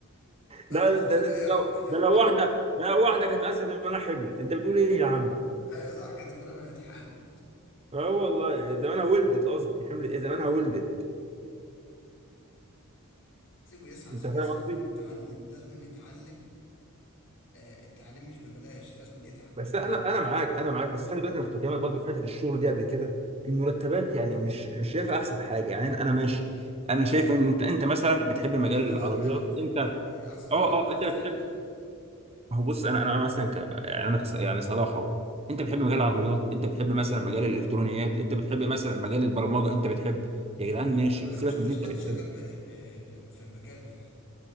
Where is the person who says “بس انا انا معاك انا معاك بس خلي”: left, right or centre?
Right